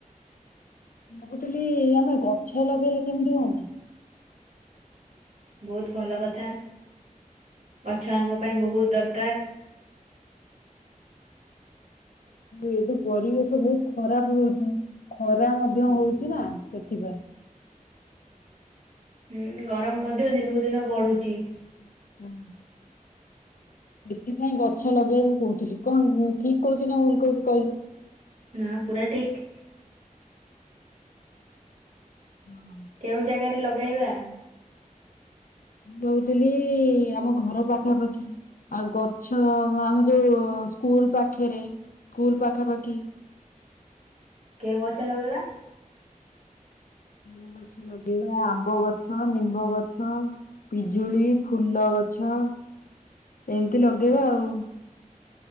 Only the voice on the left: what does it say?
ଭାବୁଥିଲି ଆମେ ଗଛ ଲଗେଇଲେ କେମିତି ହୁଅନ୍ତା?
ଏଠୁ ପରିବେଶ ବହୁତ ଖରାପ ହଉଛି, ଖରା ମଧ୍ୟ ହଉଛି ନା ସେଥିପାଇଁ
ହୁଁ। ସେଥିପାଇଁ ଗଛ ଲଗେଇବାକୁ କହୁଥିଲି, କଣ ଠିକ କହୁଛି ନା ଭୁଲ କହୁଛି କହିଲୁ
ହଁ।
ମୁଁ କହୁଥିଲି ଆମ ଘର ପାଖାପାଖି ଆଉ ଗଛ ଆମ ଯୋଉ ତ ସ୍କୁଲ ପାଖରେ ସ୍କୁଲ ପାଖାପାଖି
କେଉଁ ଗଛ ଲଗେଇବା ଆମ୍ବ ଗଛ ନିମ୍ବ ଗଛ ପିଜୁଳି ଫୁଲ ଗଛ ଏମିତି ଲଗେଇବା ଆଉ